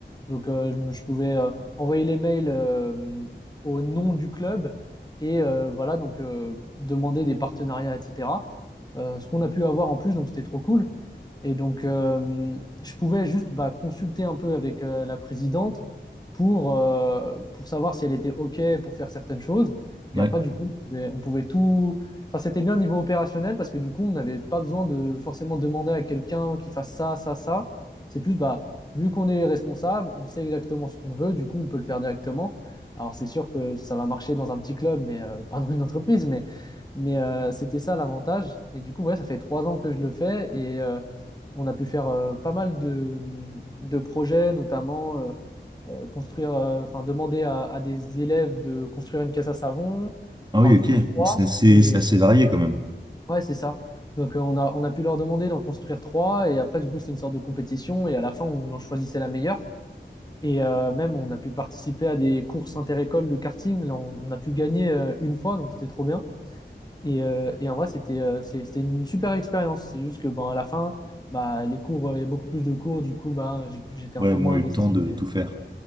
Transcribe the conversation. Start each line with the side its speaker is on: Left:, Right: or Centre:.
Left: Donc, euh, je, me- je pouvais euh, envoyer les mails euh, au nom du club et euh, voilà, donc euh, demander des partenariats, etc. Euh, ce qu'on a pu avoir en plus, donc c'était trop cool, et donc, euh, je pouvais juste bah, consulter un peu avec euh, la présidente pour, euh, pour savoir si elle était OK pour faire certaines choses.
Right: Ouais.
Left: Et après, du coup, on pouvait, on pouvait tout... Enfin, c'était bien au niveau opérationnel parce que du coup, on n'avait pas besoin de forcément demander à quelqu'un qui fasse ça, ça, ça. C'est plus, bah, vu qu'on est responsable, on sait exactement ce qu'on veut, du coup, on peut le faire directement. Alors, c'est sûr que ça va marcher dans un petit club, mais euh, pas dans une entreprise, mais, mais euh, c'était ça l'avantage. Et du coup, ouais, ça fait trois ans que je le fais et... euh, on a pu faire euh, pas mal de, de projets, notamment euh, euh, construire, euh, enfin demander à, à des élèves de construire une caisse à savon,
Right: Ah
Left: enfin
Right: oui,
Left: du
Right: ok.
Left: coup trois.
Right: Donc c'est assez,
Left: Et
Right: c'est
Left: euh,
Right: assez varié quand même.
Left: ouais, c'est ça. Donc euh, on a, on a pu leur demander d'en construire trois. Et après, du coup, c'était une sorte de compétition. Et à la fin, on en choisissait la meilleure. Et euh, même, on a pu participer à des courses inter-écoles de karting. Là, on, on a pu gagner euh, une fois, donc c'était trop bien. Et, euh, et en vrai, c'était euh, c'est- c'était une super expérience. C'est juste que bon, à la fin, bah, les cours, euh, il y a beaucoup plus de cours. Du coup, bah, j'ai pu- j'étais
Right: Ouais,
Left: un peu
Right: au moins
Left: moins
Right: eu
Left: investi.
Right: le temps de
Left: Mais
Right: tout faire.